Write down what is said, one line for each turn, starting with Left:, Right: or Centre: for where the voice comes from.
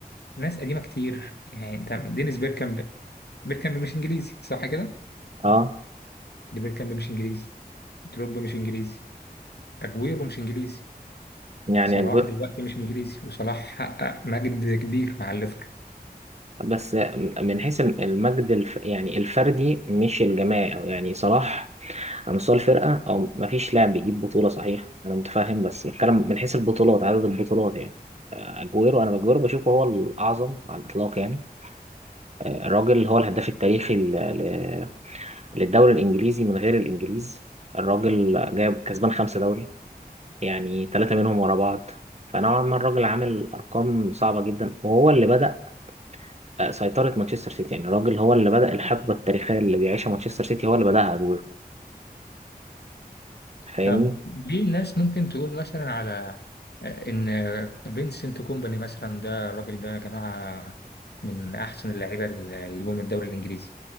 Left: ناس قديمه كتير يعني انت دينيس بيركامب بيركامب مش انجليزي صح كده
Right: اه
Left: دي بيركامب مش انجليزي دروجبا مش انجليزي اجويرو مش انجليزي
Right: يعني
Left: صلاح
Right: الج-
Left: دلوقتي مش انجليزي وصلاح حقق مجد كبير مع الليفر
Right: بس من حيث المجد الف يعني الفردي مش الجماعي أو يعني صلاح على مستوى الفرقة أو مفيش لاعب بيجيب بطولة صحيح أنا متفاهم بس بتكلم من حيث البطولات عدد البطولات يعني آه، أجويرو أنا أجويرو بشوفه هو الأعظم على الإطلاق يعني آه، الراجل هو الهداف التاريخي ل- ل- للدوري الإنجليزي من غير الإنجليز الراجل جايب كسبان خمسة دوري يعني ثلاثة منهم ورا بعض فنوعا ما الراجل عامل أرقام صعبة جدا وهو اللي بدأ آه، سيطرة مانشستر سيتي يعني الراجل هو اللي بدأ الحقبة التاريخية اللي بيعيشها مانشستر سيتي هو اللي بدأها أجويرو فاهمني
Left: طب ليه ناس ممكن تقول مثلا على آه، إن فينسنت كومباني مثلا ده الراجل ده يا جماعة من أحسن اللعيبة اللي جم الدوري الإنجليزي